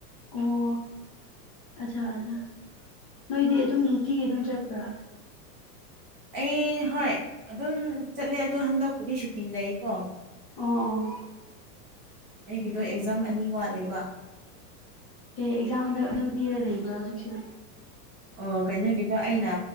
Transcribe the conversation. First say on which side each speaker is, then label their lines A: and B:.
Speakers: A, on the left; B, on the right.
A: ꯑꯣ ꯑꯆꯥ ꯑꯆꯥꯥ ꯅꯣꯏꯗꯤ ꯑꯗꯨꯝ ꯅꯨꯡꯇꯤꯒꯤ ꯑꯗꯨꯝ ꯆꯠꯄ꯭ꯔꯥ
B: ꯑꯩ ꯍꯣꯏ ꯑꯗꯨꯝ ꯆꯠꯂꯦ ꯑꯗꯣ ꯍꯟꯗꯛꯄꯨꯗꯤ ꯁꯨꯇꯤ ꯂꯩꯀꯣ
A: ꯑꫭ ꯑꯣ
B: ꯑꯩꯒꯤꯗꯣ ꯑꯦꯛꯖꯥꯝ ꯑꯅꯤ ꯋꯥꯠꯂꯦꯕ
A: ꯑꯦ ꯑꯦꯛꯖꯥꯝ ꯍꯟꯗꯛ ꯑꯗꯨꯝ ꯄꯤꯔ ꯂꯩꯕ꯭ꯔꯥ ꯍꯧꯖꯤꯛꯁꯨ
B: ꯑꯣ ꯀꯩꯅꯣꯒꯤꯗꯣ ꯑꯩꯅ